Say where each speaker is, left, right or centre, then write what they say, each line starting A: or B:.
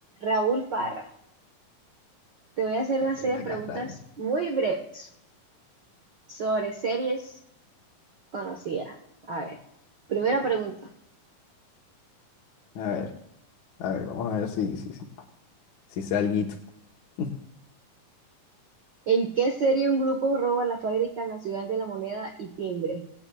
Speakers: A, on the right; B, on the left.
A: Raúl Parra, te voy a hacer una
B: Carolina
A: serie de preguntas
B: Castaño.
A: muy breves sobre series conocidas. A ver, primera pregunta.
B: A ver, a ver, vamos a ver si, si, si, si sé alguito. <laughs>
A: ¿En qué serie un grupo roba la fábrica nacional de la moneda y timbre?